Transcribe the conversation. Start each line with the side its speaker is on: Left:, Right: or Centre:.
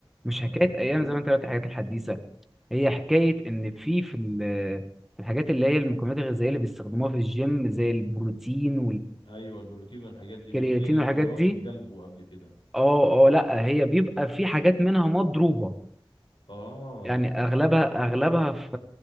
Centre: مش
Left: فكانت
Centre: حكايه
Left: بيقول
Centre: ايام زي ما انت قلت الحاجات الحديثه هي حكايه ان في في ال- في الحاجات اللي هي المكملات الغذائيه اللي بيستخدموها في الجيم زي البروتين
Left: ايوه البروتين والحاجات دي
Centre: والكرياتين
Left: بيقول لي
Centre: والحاجات
Left: كان هيوقف
Centre: دي
Left: قلبه قبل كده
Centre: اه اه لا هي بيبقى في حاجات منها مضروبه
Left: اه
Centre: يعني اغلبها اغلبها في